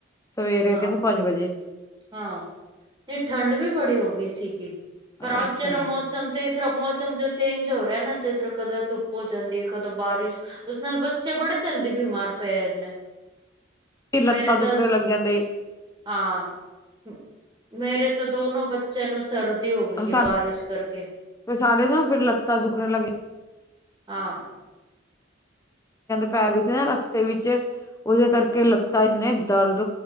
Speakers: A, on the left; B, on the right.
A: ਸਵੇਰੇ
B: ਹਾਂ
A: ਕਹਿੰਦੇ ਪੰਜ ਵਜੇ।
B: ਹਾਂ ਤੇ ਠੰਡ ਵੀ ਬੜੀ ਹੋ ਗਈ ਸੀਗੀ ਪਰ
A: ਅੱਛਾ
B: ਅੱਜ ਜਰਾ ਮੌਸਮ ਤੇ ਇਸ ਤਰ੍ਹਾਂ ਮੌਸਮ ਜੋ ਚੇਂਜ ਹੋ ਰਿਹਾ ਨਾ ਜਿਸ ਤਰ੍ਹਾਂ ਕਦੋਂ ਧੁੱਪ ਹੋ ਜਾਂਦੀ ਹੈ ਕਦੋਂ ਬਾਰਿਸ਼ ਉਸ ਨਾਲ ਬੱਚੇ ਬੜੇ ਜਲਦੀ ਬਿਮਾਰ ਪੈ ਰਹੇ ਨੇ।
A: ਤੇ ਲੱਤਾਂ
B: ਮੇਰੇ
A: ਦੁਖਣੇ
B: ਤਾਂ
A: ਲੱਗ ਜਾਂਦੇ
B: ਹਾਂ, ਮੇਰੇ ਤਾਂ ਦੋਨੋ ਬੱਚਿਆਂ ਨੂੰ ਸਰਦੀ ਹੋ ਗਈ ਹੈ
A: ਸਾਨੂੰ
B: ਬਾਰਿਸ਼ ਕਰਕੇ <inaudible>
A: ਸਾਰੇ ਨਾ ਫਿਰ ਲੱਤਾਂ ਦੁਖਣ ਲੱਗ
B: ਹਾਂ।
A: ਪੈ ਗਏ ਸੀ ਨਾ ਰਸਤੇ ਵਿੱਚ ਉਹਦੇ ਕਰਕੇ ਲੱਤਾ ਇੰਨੇ ਦਰਦ